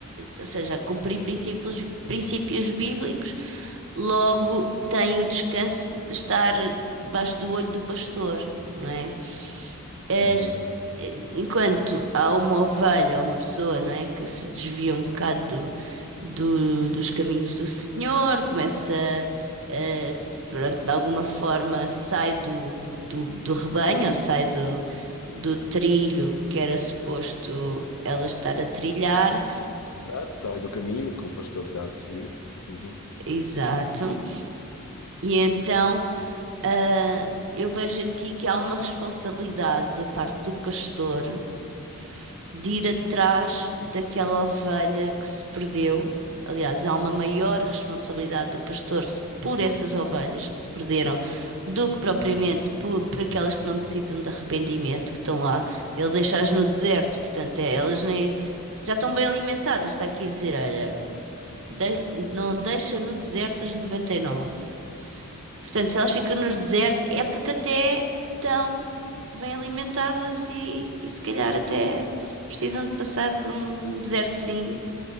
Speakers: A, on the right; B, on the left.
A: ou seja, a cumprir princípios, princípios bíblicos Logo, tem o descanso de estar debaixo do olho do pastor, não é? As-
B: Uhum.
A: enquanto há uma ovelha, há uma pessoa, não é, que se desvia um bocado do- do- dos caminhos do Senhor, começa, eh, pronto, de alguma forma sai do, do, do rebanho, ou sai do, do trilho que era suposto ela estar a trilhar,
B: Exato, sai do caminho que o pastor está a definir. Uhum.
A: exato, e então. Ah, eu vejo aqui que há uma responsabilidade da parte do pastor de ir atrás daquela ovelha que se perdeu. Aliás, há uma maior responsabilidade do pastor se- por essas ovelhas que se perderam do que propriamente por, por aquelas que não necessitam de arrependimento, que estão lá. Ele deixa-as no deserto, portanto, é, elas nem já estão bem alimentadas. Está aqui a dizer: olha, de- não deixa no deserto as 99. Portanto, se elas ficam nos desertos é porque até estão bem alimentadas e, e se calhar até precisam de passar por um desertozinho